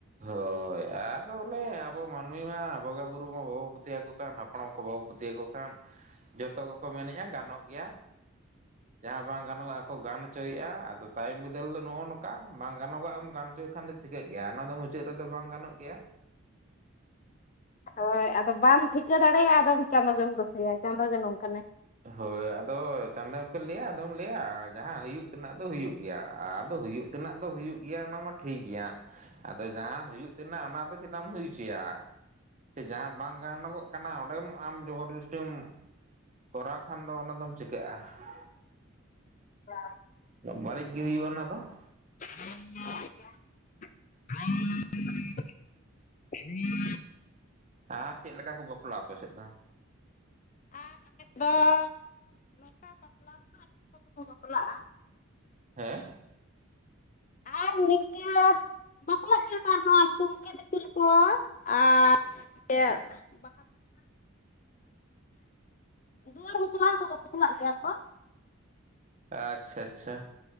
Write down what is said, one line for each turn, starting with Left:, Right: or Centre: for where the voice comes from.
Right: ᱦᱳᱭ ᱾ ᱟᱫᱚ ᱚᱱᱮ ᱟᱵᱚ ᱢᱟᱹᱱᱢᱤ ᱢᱟ ᱵᱚᱸᱜᱟ ᱵᱩᱨᱩ ᱢᱟ ᱵᱟᱵᱚ ᱯᱟᱹᱛᱤᱭᱟ. ᱣ ᱠᱚ ᱠᱟᱱ ᱦᱟᱯᱲᱟᱢ ᱠᱚ ᱵᱟᱵᱚ ᱯᱟᱹᱛᱤᱭᱟᱹᱣ ᱠᱚ ᱠᱟᱱ, ᱡᱷᱚᱛᱚ ᱠᱚᱠᱚ ᱢᱮᱱᱮᱜ-ᱟ ᱜᱟᱱᱚᱜ ᱜᱮᱭᱟ ᱾ ᱡᱟᱦᱟᱸ ᱵᱟᱝ ᱜᱟᱱᱚᱜᱟᱜ ᱠᱚ ᱜᱟᱱ ᱦᱚᱪᱚᱭᱮᱜ-ᱟ ᱟᱫᱚ ᱛᱟᱭᱚᱢ ᱵᱤᱫᱟᱹᱞ ᱫᱚ ᱱᱚᱜ ᱚᱭ ᱱᱚᱝᱠᱟ ᱵᱟᱝ ᱜᱟᱱᱚᱜᱟ ᱮᱢ ᱜᱟᱱ ᱦᱚᱪᱚᱭ ᱠᱷᱟᱱ ᱫᱚ ᱪᱤᱠᱟᱹᱜ ᱜᱮᱭᱟ ᱚᱱᱟ ᱫᱚ ᱢᱩᱪᱟᱹᱫ ᱨᱮᱫᱚ ᱵᱟᱝ ᱜᱟᱱᱚᱜ ᱜᱮᱭᱟ ᱾
Left: ᱦᱳᱭ ᱟᱫᱚ ᱵᱟᱢ ᱴᱷᱤᱠᱟᱹ ᱫᱟᱲᱮᱭᱟᱜ-ᱟ ᱟᱫᱚ ᱪᱟᱸᱫᱳ ᱜᱮᱢ ᱫᱳᱥᱮᱭᱟ ᱪᱟᱸᱫᱳ ᱜᱮ ᱱᱚᱝᱠᱟ ᱱᱟᱭ ᱾
Right: ᱦᱳᱭ ᱟᱫᱚ ᱪᱟᱸᱫᱳ ᱦᱚᱠᱚ ᱞᱟᱹᱭᱟ ᱟᱫᱚᱢ ᱞᱟᱹᱭᱟ ᱡᱟᱸᱦᱟᱸ ᱦᱩᱭᱩᱜ ᱛᱮᱱᱟᱜ ᱫᱚ ᱦᱩᱭᱩᱜ ᱜᱮᱭᱟ ᱟᱫᱚ ᱦᱩᱭᱩᱜ ᱛᱮᱱᱟᱜ ᱫᱚ ᱦᱩᱭᱩᱜ ᱜᱮᱭᱟ ᱚᱱᱟ ᱢᱟ ᱴᱷᱤᱠ ᱜᱮᱭᱟ, ᱟᱫᱚ ᱡᱟᱸᱦᱟᱸ ᱦᱩᱭᱩᱜ ᱛᱮᱱᱟᱜ ᱚᱱᱟ ᱫᱚ ᱪᱮᱫᱟᱜ ᱮᱢ ᱦᱩᱭᱪᱚᱭᱟ ᱾ ᱥᱮ ᱡᱟᱦᱟᱸ ᱵᱟᱝ ᱜᱟᱱᱚᱜᱚᱜ ᱠᱟᱱᱟ ᱚᱸᱰᱮᱢ ᱟᱢ ᱡᱚᱵᱚᱨᱡᱥᱴᱳᱢ ᱠᱚᱨᱟᱣ ᱠᱷᱟᱱ ᱫᱚ ᱚᱱᱟ ᱫᱚᱢ ᱪᱤᱠᱟᱹᱜ-ᱟ ᱾
Left: <unintelligible>
Right: ᱵᱟᱹᱲᱤᱡ ᱜᱮ ᱦᱩᱭᱩᱜ-ᱟ ᱚᱱᱟ ᱫᱚ ᱾
Left: <unintelligible>
Right: ᱟᱨ ᱪᱮᱫ ᱞᱮᱠᱟ ᱠᱚ ᱵᱟᱯᱞᱟ-ᱟ ᱟᱯᱮ ᱥᱮᱫ ᱫᱚ?
Left: ᱟᱨ ᱟᱞᱮᱫᱚ ᱱᱚᱝᱠᱟ ᱵᱟᱯᱞᱟ ᱢᱟ ᱟᱹᱰᱤ ᱨᱚᱠᱚᱢ ᱠᱚ ᱵᱟᱯᱞᱟ-ᱟ ᱾
Right: ᱦᱮᱸ ᱾
Left: ᱟᱨ ᱱᱤᱝᱠᱟᱹ ᱵᱟᱯᱞᱟᱜ ᱜᱮᱭᱟ ᱠᱚ ᱱᱚᱣᱟ ᱴᱩᱝᱠᱤ ᱫᱤᱯᱤᱞ ᱠᱚ ᱟᱨ ᱤᱭᱟᱹ <unintelligible> ᱫᱩᱣᱟᱹᱨ ᱵᱟᱯᱞᱟ ᱦᱚᱸ ᱠᱚ ᱵᱟᱯᱞᱟᱜ ᱜᱮᱭᱟ ᱠᱚ
Right: ᱟᱪᱪᱷᱟ ᱟᱪᱪᱷᱟ,